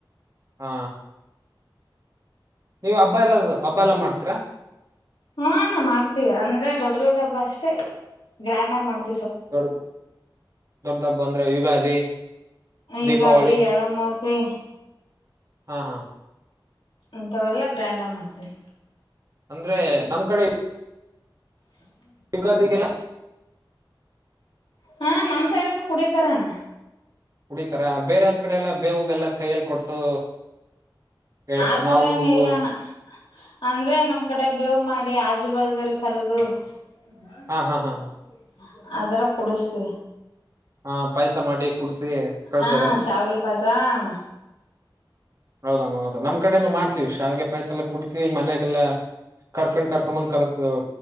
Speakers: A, on the right; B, on the left.
A: ಹಾ ನೀವ್ ಹಬ್ಬ ಎಲ್ಲ ಹಬ್ಬ ಎಲ್ಲಾ ಮಾಡ್ತೀರಾ?
B: ಹಾ ನಾ ಮಾಡ್ತೀವಿ ಅಂದ್ರೆ ದೊಡ್ಡ ದೊಡ್ಡ ಹಬ್ಬ ಅಷ್ಟೇ ಗ್ರ್ಯಾಂಡ್ ಆಗಿ ಮಾಡ್ತವಿ?
A: ದೊಡ್ಡ ದೊಡ್ಡ ಬಂದ ಯುಗಾದಿ. ದೀಪಾವಳಿ
B: ಯುಗಾದಿ ಯಳ್ಳ ಅಮಾಸೆ
A: ಹಾ ಹಾ
B: ಅಂತವಲ್ಲ ಗ್ರಾಂಡ್ ಮಾಡ್ತವಿ
A: ಅಂದ್ರೆ ನಮ್ ಕಡೆ
B: ಹ್ಮ
A: <inaudible>
B: ಹಾ ನಮ್ ಸೈಡ್ನ್ನು ಕುಡಿತಾರಣ.
A: ಕುಡಿತಾರ ಬೇರೆ ಅಂತ ಆ ಕಡೆ ಎಲ್ಲಾ ಬೇವು ಬೆಲ್ಲ ಕೈಯಲ್ಲಿ ಕೊಟ್ಟು ಹೇಳ್ತಾರೆ
B: ಆದ್ರೇ
A: ನಾವು ನೀವು
B: ನಿಲ್ಲೋಣ ಅಂದ್ರೆ ನಮ್ ಕಡೆ ಬೇವು ಮಾಡಿ ಆಜು ಬಲ್ದರಿ ಕರ್ದು ಬ
A: ಹಾ ಹಾ ಹಾ
B: ಅದರ ಕುಡಿಸ್ದ
A: ಹಾ ಪಾಯ್ಸ ಮಾಡಿ ಕುೂಡ್ಸಿ ಕಳ್ಸೋದಲ್ಲ
B: ಹಾ ಶಾವಿಗೆ ಪಾಯ್ಸ ಅಣ್ಣ
A: ಹೌದಮ್ಮ ಹೌದು ನಮ್ಕಡೆನು ಮಾಡ್ತೀವಿ ಶಾವಿಗೆ ಹಾಗೆ ಪಾಯಸ ಎಲ್ಲ ಕುಡ್ಸಿ ಮನೆಗೆಲ್ಲ ಕರ್ಕೊಂಡ್ ಕರ್ಕೊಂಡ್ ಬಂದ್ ಕರದ